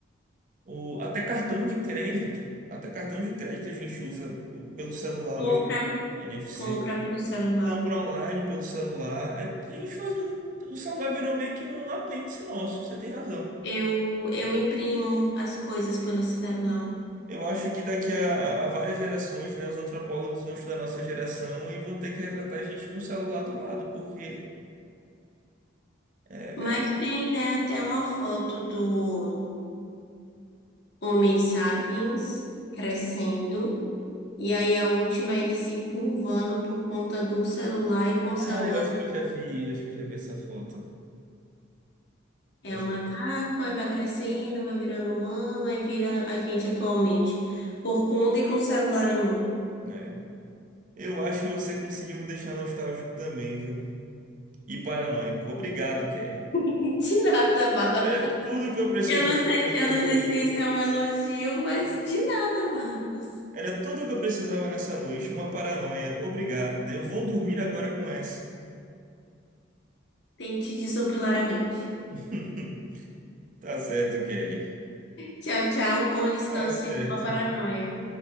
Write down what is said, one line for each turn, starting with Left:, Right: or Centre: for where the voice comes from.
Right: o- até cartão de crédito. Até cartão de crédito a gente usa pelo celular
Left: Compra,
Right: hoje, NFC.
Left: compra pelo celular.
Right: Compra online pelo celular. É, a gente faz muito. O celular virou meio que um apêndice nosso, você tem razão.
Left: Eu, eu imprimo as coisas pelo celular.
Right: Eu acho que daqui a, a várias gerações, né, os antropólogos vão estudar nossa geração e vão ter que retratar a gente com o celular do lado, porque é verdade.
Left: Mas tem, né, até uma foto do Homem Sapiens crescendo. E aí a última é ele se curvando por conta do celular e com o
Right: Ah,
Left: celular
Right: eu acho
Left: no-
Right: que eu já vi, eu acho que eu já vi essa foto. Eu
Left: é
Right: acho
Left: o macaco,
Right: que eu
Left: aí vai crescendo, vai virando humano, aí vira a gente atualmente, por conta e com o celular na mão.
Right: já- é. Eu acho que você conseguiu me deixar nostálgico também, viu? E paranoico. Obrigado, Kelly.
Left: <laughs> De nada, Marcos.
Right: Era tudo que eu precisava
Left: Eu não sei,
Right: nessa
Left: eu não
Right: noite.
Left: sei se isso é um elogio, mas de nada, Marcos.
Right: Era tudo que eu precisava nessa noite, uma paranoia. Obrigado. Eu vou dormir agora com essa.
Left: Tente desopilar a mente.
Right: <laughs> Tá certo, Kelly.
Left: Tchau, tchau, bom descanso
Right: Tá certo.
Left: e boa paranoia.